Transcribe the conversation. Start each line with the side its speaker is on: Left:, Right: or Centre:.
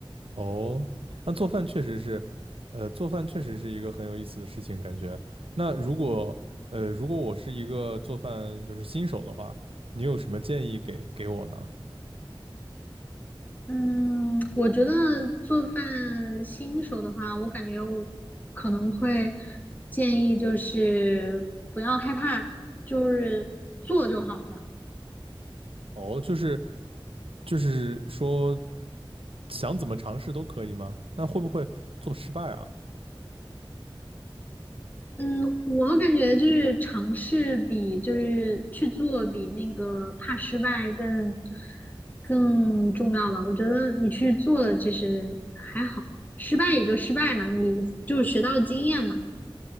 Right: 哦，那做饭确实是，呃，做饭确实是一个很有意思的事情，感觉。那如果，呃，如果我是一个做饭就是新手的话，你有什么建议给给我呢？
Left: 嗯，我觉得做饭新手的话，我感觉我可能会建议就是不要害怕，就是做就好了。
Right: 哦，就是就是说想怎么尝试都可以吗？那会不会做失败啊？
Left: 嗯，我感觉就是尝试比就是去做比那个怕失败更更重要吧。我觉得你去做了其实还好，失败也就失败嘛，你就学到了经验嘛。